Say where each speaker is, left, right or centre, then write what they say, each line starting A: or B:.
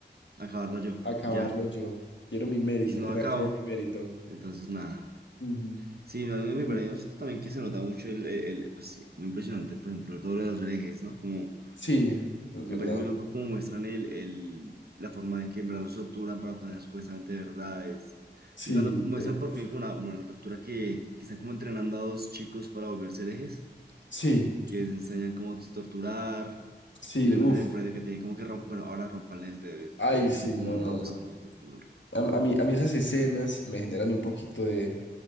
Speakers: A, on the right; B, on the left.
A: Acabarla yo,
B: acabarlo
A: ya.
B: yo. Quiero mi mérito,
A: Y si no
B: que
A: la
B: nadie
A: acabo,
B: se lleve mi mérito.
A: entonces nada.
B: Ujú.
A: Sí, no, me
B: Es muy...
A: parece también que se nota mucho el, el- el, pues, sí, muy impresionante, por ejemplo, todo lo de los herejes, ¿no? Como,
B: Sí, es
A: me
B: verdad.
A: parece muy loco cómo muestran el, el, la forma de que en verdad los torturan para obtener supuestamente verdades.
B: Sí,
A: Y cuando muestran
B: eh,
A: por
B: uf,
A: fin como una, bueno, la tortura que, que están como entrenando a dos chicos para volverse herejes
B: sí,
A: y que les enseñan cómo se torturar
B: sí,
A: y que le muestran
B: uff.
A: enfrente que tienen como que romper, bueno, ahora rompan el dedo. y
B: Ay,
A: ellos
B: sí,
A: son como,
B: no,
A: no,
B: no, no.
A: pues, ¿cómo que te ocurre?
B: A, a mí, a mí
A: Sí.
B: esas escenas me generan un poquito de,